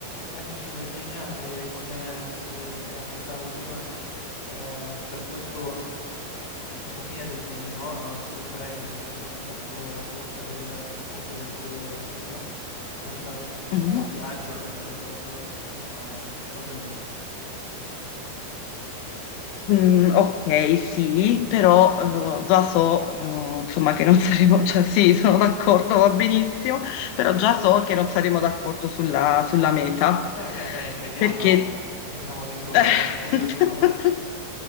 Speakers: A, on the left; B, on the left.
A: Eccoci Virginia e come ti, ti raccontavo prima, eh, per questo, eh, questa fine del mese, no, Sfrutterei l'occasione molto ghiotta del ponte del 2 giugno per fare un
B: Mhm.
A: viaggio, organizzare un viaggio in Spagna. Cosa ne dici?
B: Mm, ok, sì, però eh, già so, eh, insomma, che non <laughs> saremo, cioè sì, sono d'accordo, va benissimo, però già so che non saremo d'accordo sulla, sulla meta,
A: Eh vabbè, dai, vediamo,
B: perché...
A: vediamo di trovare
B: Eh,
A: un punto d'incontro.
B: <laughs>